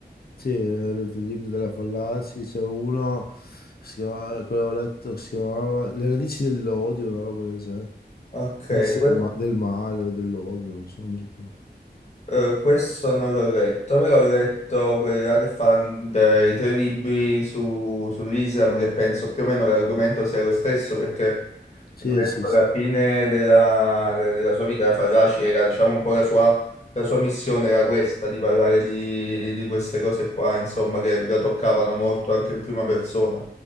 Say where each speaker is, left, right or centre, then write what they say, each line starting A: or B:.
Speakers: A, on the left (about 60°); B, on the left (about 40°).
A: Sì, ho letto il libro della Fallaci, c'è uno, si chiama- quello che ho letto, che si chiamava Le radici dell'odio, una roba del genere.
B: Ok,
A: Deve essere
B: que-
A: del, ma- del male o dell'odio, non so, non mi ricordo.
B: eh, questo non l'ho letto, però ho letto quella che fa dei tre libri su- sull'Islam, che penso più o meno l'argomento sia lo stesso, perché
A: Sì,
B: Verso
A: sì, sì.
B: la fine della, de- della sua vita, Farraci era, diciamo, un po' la sua, la sua missione era questa, di parlare di, di queste cose qua, insomma, che la toccavano molto anche in prima persona,